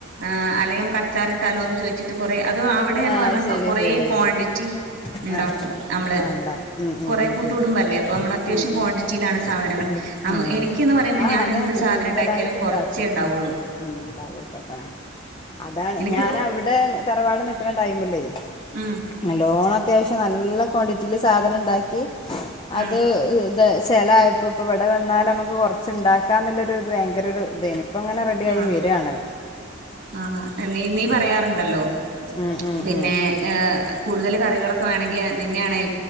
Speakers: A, on the right; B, on the left.
A: ആഹ് അല്ലെങ്കി നമക്ക അച്ചാറിട്ടാലോന്ന് ചോയ്ച്ചിട്ട് കൊറേ അതോ അവിടേന്ന്
B: ആഹ്
A: പറഞ്ഞാ
B: ശരിയാ
A: കൊറേ
B: ശരിയാ
A: ക്വാണ്ടിറ്റി
B: ശരിയാ
A: ഇണ്ടാക്കും
B: ആഹ്
A: നമ്മള്
B: ആഹ് ഉണ്ടാക്കും ഉം ഉം
A: കൊറേ
B: ഉം
A: കൂട്ട്
B: ഉം
A: കൂടുമ്പല്ലേ അപ്പോ നമ്മള് അത്യാവശ്യം
B: ഉം
A: ക്വാണ്ടിറ്റിയിലാണ്
B: ഉം
A: സാധനങ്ങൾ
B: ഉണ്ട്
A: അം
B: ആഹ്
A: എനിക്ക്ന്ന്
B: ഉണ്ടാക്കും
A: പറയുമ്പോ
B: ആഹ്
A: ഞാൻ
B: അതാണ്
A: എന്ത് സാധനം
B: കൂടുതലായിട്ട്
A: ഇണ്ടാക്കിയാലും കൊറച്ചേ
B: ഉണ്ടാക്കും
A: ഇണ്ടാവ്വൊള്ളൂ
B: ഉം ഉം കറുവപട്ട അതാണ്
A: എനിക്ക്
B: ഞാനവിടെ തറവാട് നിക്കണ ടൈമിലെ
A: ഉം
B: നല്ലോണം അത്യാവശ്യം നല്ല ക്വാണ്ടിറ്റിയില് സാധനം ഇണ്ടാക്കി അത്
A: ആ
B: ഏഹ് ഇത് ശെലായപ്പോ ഇപ്പൊ ഇവിടെ വന്നാല് നമുക്ക് കൊറച്ച്ണ്ടാക്ക ക്കാന്നുള്ളൊര് ഇത് ഭയങ്കരൊരു ഇതേന് ഇപ്പങ്ങനെ റെഡി ആയി
A: ആ
B: വെര്വാണ്
A: ആഹ് എഹ് നി നീ പറയാറുണ്ടല്ലോ
B: ഉം ഉം
A: പിന്നേ
B: ഉം
A: ഏഹ് കൂടുതല് കറികളൊക്കെ വേണെങ്കി ഞാൻ നിന്നെയാണേൽ